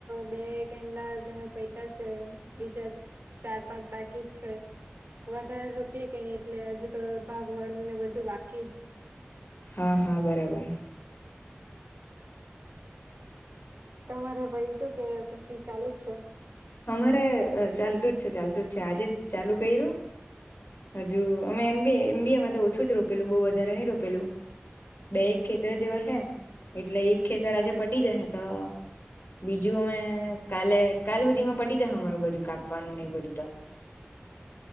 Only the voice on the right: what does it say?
બે કેડા જ પત્યા છે. બીજા ચાર-પાંચ બાકી જ છે. વધારે રોપએ કે નહી એટલે હજુ તો ભાગવાળું ને બધું બાકી જ.
તમારે પાયતુ કે પછી ચાલુ જ છે?